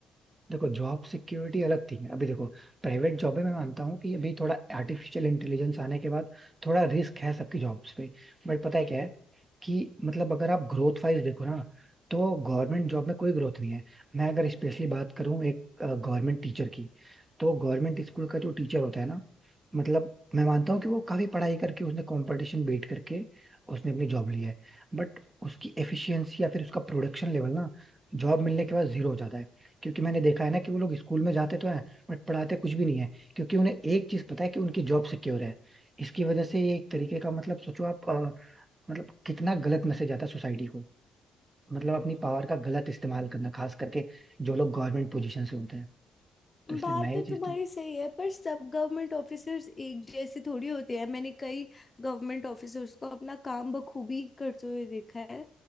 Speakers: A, on the right (about 20°); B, on the left (about 25°).
A: देखो जॉब सिक्योरिटी अलग थी अभी देखो प्राइवेट जॉब में मैं मानता हूँ कि अभी थोड़ा आर्टिफिशियल इंटेलिजेंस आने के बाद थोड़ा रिस्क है सबकी जॉब्स पे बट पता है क्या है कि मतलब अगर आप ग्रोथ वाइज देखो ना तो गवर्नमेंट जॉब में कोई ग्रोथ नहीं है मैं अगर स्पेशली बात करूँ एक गवर्नमेंट टीचर की तो गवर्नमेंट स्कूल का जो टीचर होता है ना मतलब मैं मानता हूँ कि वो काफी पढ़ाई करके उसने कंपटीशन बीट करके उसने अपनी जॉब ली है बट उसकी एफिशिएंसी या फिर उसका प्रोडक्शन लेवल ना जॉब मिलने के बाद जीरो हो जाता है क्योंकि मैंने देखा है ना कि वो लोग स्कूल में जाते तो हैं बट पढ़ाते कुछ भी नहीं है क्योंकि उन्हें एक चीज पता है कि उनकी जॉब सिक्योर है इसकी वजह से ये एक तरीके का मतलब सोचो आप अ, मतलब कितना गलत मैसेज आता है सोसाइटी को मतलब अपनी पावर का गलत इस्तेमाल करना खास करके जो लोग गवर्नमेंट पोजीशन से होते हैं तो इसलिए
B: बात
A: मैं
B: तो
A: ये चीज
B: तुम्हारी
A: तो
B: सही है पर सब गवर्नमेंट ऑफिसर्स एक जैसे थोड़ी होते हैं मैंने कई गवर्नमेंट ऑफिसर्स को अपना काम बखूबी करते हुए देखा है